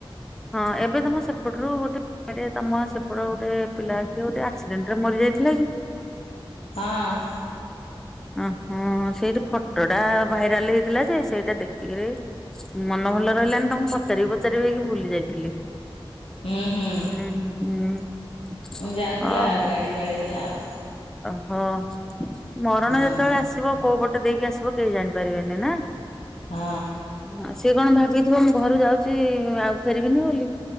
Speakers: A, in the centre; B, on the left.
A: ହଁ ଏବେ ତମ ସେପଟରୁ ଗୋଟେ। ଏ ତମ ସେପଟ ଗୋଟେ ପିଲା ଅ ଗୋଟେ ଆକ୍ସିଡେଣ୍ଟ ରେ ମରି ଯାଇଥିଲା କି
B: ହଁ।
A: ଉଁ ହୁଁ ସେଇଠି ଫଟୋଟା ଭାଇରାଲ ହେଇଥିଲା ଯେ ସେଇଟା ଦେଖିକିରି। ମନ ଭଲ ରହିଲାନି ତ ମୁ ପଚାରି ପଚାରି ହେଇକି ଭୁଲି ଯାଇଥିଲି।
B: ହଁ ହୁଁ
A: ହୁଁହୁଁହୁଁ
B: ହୁଁ ଯାଉଥିଲା
A: ହ
B: ଆଉ
A: ହ।
B: ଗାଡି ବାଡେଇ ଦେଲା ଆଉ
A: ଓହୋ ମରଣ
B: ହୁଁ
A: ଯେତେବେଳେ ଆସିବ କୋଉ ପଟେ ଦେଇକି ଆସିବ କେହି ଜାଣିପାରିବେନି ନା?
B: ଆ
A: ହଁ ସିଏ କଣ ଭାବିଥିବ ମୁଁ ଘରୁ ଯାଉଚି ଆଉ ଫେରିବିନି ବୋଲି